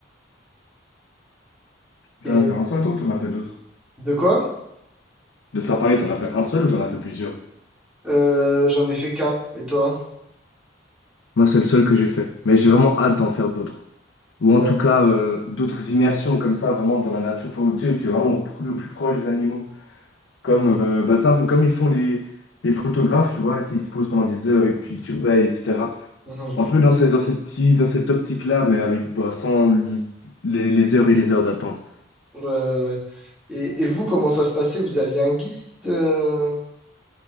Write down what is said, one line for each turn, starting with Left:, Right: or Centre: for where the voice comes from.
Centre: Et
Left: T'en
Centre: euh,
Left: as fait un seul, toi, ou t'en as fait d'autres?
Centre: de quoi?
Left: De safari, t'en as fait un seul ou t'en as fait plusieurs?
Centre: Euh, j'en ai fait qu'un, et toi?
Left: Moi, c'est le seul que j'ai fait. Mais j'ai vraiment hâte d'en faire d'autres. Ou
Centre: Ouais.
Left: en tout cas, euh, d'autres immersions comme ça, vraiment dans la nature. Faut, tu sais, t'es vraiment au plus, au plus proche des animaux. Comme, euh, bah, c'est un peu comme ils font les, les photographes, tu vois. tu sais, Ils se posent pendant des heures et puis ils surveillent, etc.
Centre: mhm.
Left: Un peu dans cette, dans cette, ti- dans cette optique-là, mais avec bah, sans le- les, les heures et les heures d'attente.
Centre: Ouais, ouais, ouais. Et, et vous, comment ça se passait? Vous aviez un guide? euh,